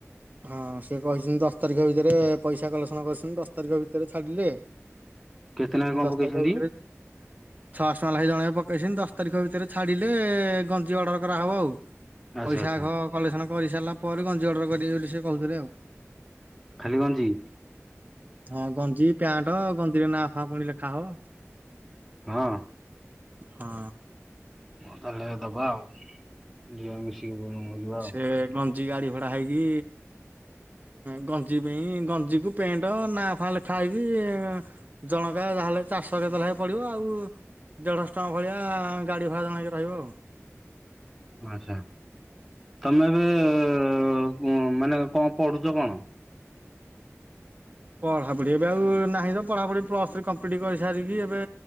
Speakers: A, on the right (about 35°); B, in the centre.
A: ହଁ ସେ କହିଛନ୍ତି ଦଶ ତାରିଖ ଭିତରେ ପଇସା କଲେକ୍ସନ କରିଛନ୍ତି ଦଶ ତାରିଖ ଭିତରେ ଛାଡିଲେ
B: କେତେ ଲେଖା କଣ
A: ଦଶ
B: ପକେଇଛନ୍ତି?
A: ତାରିଖ ଭିତରେ ଛଅ ଶହ ଟଙ୍କା ଲାଖେ ଜଣ ପକେଇଛନ୍ତି ଦଶ ତାରିଖ ଭିତରେ ଛାଡିଲେ ଗଞ୍ଜି ଅର୍ଡର କରହେବ ଆଉ।
B: ଆଚ୍ଛା
A: ପଇସା
B: ଆଚ୍ଛା
A: ଆଘ କଲେକ୍ସନ କରିସାରିଲା ପରେ ଗଞ୍ଜି ଅର୍ଡର କର ବୋଲି ସେ କହୁଥିଲେ ଆଉ।
B: ଖାଲିଗଞ୍ଜି?
A: ହଁ ଗଞ୍ଜି ପ୍ୟାଣ୍ଟ ଗଞ୍ଜିରେ ନା ଫା ପୁଣି ଲେଖା ହବ।
B: ହଁ।
A: ହଁ।
B: ହଁ ତାହେଲେ ଦବା ଆଉ ଯିବା ମିଶିକି ବୋଲବମ ଯିବା
A: ସେ
B: ଆଉ।
A: ଗଞ୍ଜି ଗାଡି ଭଡା ହେଇକି ଗଞ୍ଜି ପେଇଁ ଗଞ୍ଜିକୁ ପେଣ୍ଟ ନା ଫା ଲେଖା ହେଇକି ଜଣକା ଯାହାହେଲେ ଚାରିଶହ କେତେ ଲେଖା ହେ ପଡିବ ଆଉ ଦେଢଶହ ଟଙ୍କା ଭଳିଆ ଗାଡି ଭଡ଼ା ଜଣେକେ ରହିବ ଆଉ।
B: ଆଛା। ତମେ ଏବେ ମାନେ କଣ ପଢୁଛ କଣ?
A: ପଢ଼ାପଢ଼ି ଏବେ ଆଉ ନାହିଁ ତ ପଢ଼ାପଢ଼ି ପ୍ଲସ୍ରୀ କମ୍ପ୍ଲିଟ୍ କରିସାରିକି ଏବେ